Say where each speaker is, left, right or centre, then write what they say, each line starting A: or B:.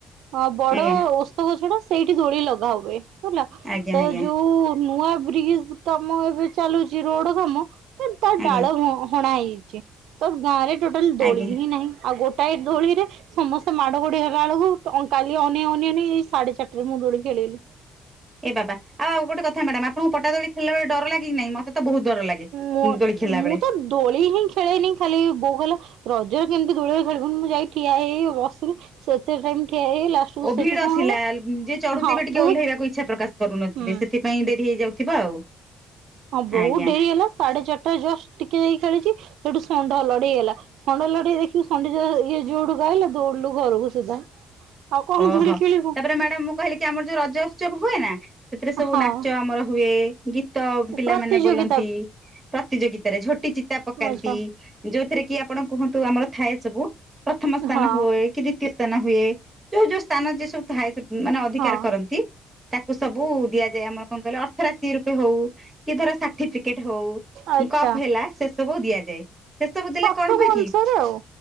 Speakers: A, on the right; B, on the right.
A: ଅ ବଡ
B: ଆଜ୍ଞା
A: ଓସ୍ତ ଗଛ ଟା ସେଇଠି ଦୋଳି ଲଗା ହଉ। ହେଲା
B: ଆଜ୍ଞା
A: ତ
B: ଆଜ୍ଞା
A: ଯୋଉ ନୂଆ ବ୍ରିଜ କାମ ଏବେ ଚାଲୁଛି ରୋଡ କାମ ତ ତାର ଡାଳ
B: ଆଜ୍ଞା
A: ହଣା ହେଇଛି ତ ଗାଁ ରେ ଟୋଟାଲ ଦୋଳି
B: ଆଜ୍ଞା
A: ହିଁ ନାହିଁ। ଆଉ ଗୋଟାଏ ଦୋଳି ରେ ସମସ୍ତେ ମାଡ ଗୋଡି ହେଲା ବେଳକୁ କାଲି ଅନିଆ ଅନିଆ ନେଇ ଏଇ ସାଢେ ଚାରିରେ ମୁଁ ଦୋଳି ଖେଳିଲି।
B: ଏ ବାବା ଆଉ ଗୋଟ କଥା୍ୟାଡାମ ଆପଣଙ୍କୁ ପଟାଦୋଳି ଖେିଲ ବେଳେଡ ଲାଗିହିଁ ମତେ ତ ବହୁତ ଡର ଲାଗେ
A: ମୁଁ
B: ଦୋଳି ଖେଳିଲା
A: ମୁଁ
B: ବେଳେ
A: ତ ଦୋଳି ହିଁ ଖେଳେଇନି ଖାଲି ବୋଉ କଲେ ରଜରେ କେମିତି ଦୋଳରେ ଖେଳିବୁ ମୁଁ ଯାଇ ଠିଆ ହେଇ ବସ ସେତେ ଟାଇ ଠିଆ ହେଇ ଲା
B: ଓ
A: ସେଠୁ
B: ଭିଡ
A: କଣ
B: ଥିଲା
A: ହେଲା
B: ଯିଏ ଚଢୁଥିବେ
A: ହଁ
B: ଟିକେ
A: ବହୁତ
B: ଓହ୍ଲେଇବାକୁ ଇଚ୍ଛା ପ୍ରକାଶ କରୁନଥିବେ ସେଥିପାଇଁ ଡେରି ହେଇଯାଉଥିବ ଆଉ।
A: ହଁ ବହୁତ
B: ଆଜ୍ଞା
A: ଡେରି ହେଲା ସାଢେ ଚାରିଟା ଜଷ୍ଟ ଖେଳିଛି ସେଇଠୁ ଷଣ୍ଢ ଲଢେଇଗଲା ଷଣ୍ଢ ଲଢେଇ ଦେଖି ଷଣ୍ଡି ଇଏ ଯୋଉଠୁ ଗାଇଲା ଦ ଘରକୁ ସିଧା। ଆଉ କଣ
B: ଓହୋ
A: ଦୋଳି ଖେଳିବୁ
B: ତାପରେ ମ୍ୟାଡାମ ମୁଁ କହିଲି କି ଆମର ଯୋଉ ରଜ ଉତ୍ସବ ହୁଏ ନା ସେଥିରେ ସବୁ
A: ହଁ
B: ନାଚ ଆମର ହୁଏ ଗୀତ ପିଲାମାନେ
A: ପ୍ରତିଯୋଗିତା
B: ବୋଲନ୍ତି ପ୍ରତିଯୋଗିତାରେ ଝୋଟ ୁଟି ଚିତା ପକାନ୍ତି
A: ଆଚ୍ଛା
B: ଯୋଉଥିରେ କି ଆପଣ କୁହନ୍ତୁ ଆମର ଥାଏ ସବୁ ପ୍ରଥମ ସ୍ଥାନ
A: ହଁ
B: ହୁଏ କି ଦ୍ଵିତୀୟ ସ୍ଥାନ ହୁଏ ଯୋଉ ଯୋଉ ସ୍ଥାନ ଯେ ସବୁ ମାନେ ଅଧିକାର
A: ହଁ
B: କରନ୍ତି ତା କୁ ସବୁ ଦିଆଯାଏ ଆମର କଣ କହିଲେ ଅର୍ଥ ରାଶି ରୂପେ ହଉ କି ଧର ସାର୍ଟିଫିକେଟ ହଉ
A: ଆଚ୍ଛା।
B: କପ ହେଲା ସେ ସବୁ ଦିଆଯାଏ, ସେ ସବୁ ଦେଲେ
A: ସକ୍ଷମ
B: କଣ ହୁଏ
A: ଅନୁସାରେ
B: କି
A: ଆଉ